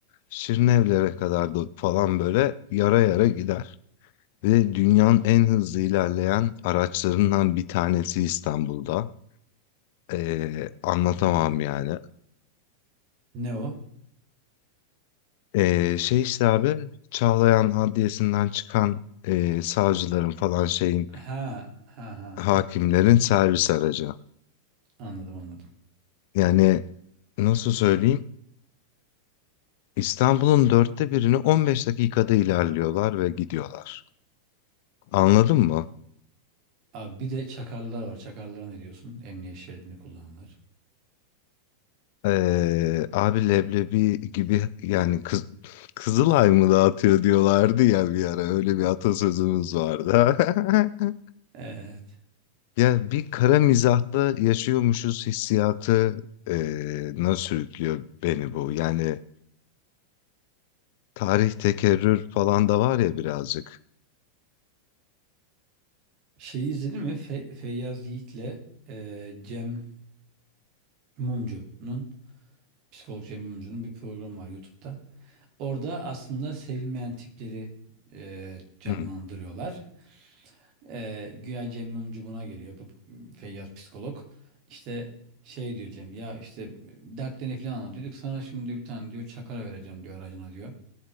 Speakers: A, on the left; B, on the right.
A: Şirinevlere kadar da falan böyle yara yara gider. Ve dünyanın en hızlı ilerleyen araçlarından bir tanesi İstanbul'da. E, anlatamam yani.
B: Ne o?
A: E, şey işte abi Çağlayan Adliyesi'nden çıkan e, savcıların falan şeyin
B: Ha ha ha.
A: hakimlerin servis aracı.
B: Anladım anladım.
A: Yani nasıl söyleyeyim? İstanbul'un dörtte birini 15 dakikada ilerliyorlar ve gidiyorlar. Anladın mı?
B: Abi bir de çakarlar var. Çakarlara ne diyorsun? Emniyet şeridini kullananlar.
A: Ee, abi leblebi gibi yani kız, Kızılay mı dağıtıyor diyorlardı ya bir ara öyle bir atasözümüz vardı. <laughs>
B: Evet.
A: Ya bir kara mizahta yaşıyormuşuz hissiyatı ee, nasıl sürüklüyor beni bu. Yani tarih tekerrür falan da var ya birazcık.
B: Şeyi izledin mi? Fe- Feyyaz Yiğit'le e, Cem Mumcu'nun psikolog Cem Mumcu'nun bir programı var YouTube'da. Orada aslında sevilmeyen tipleri e, canlandırıyorlar.
A: Hı.
B: E, güya Cem Mumcu buna geliyor. Bu Feyyaz psikolog. İşte şey diyor Cem ya işte dertlerini falan anlatıyorduk. Sana şimdi bir tane diyor çakara vereceğim diyor aracına diyor.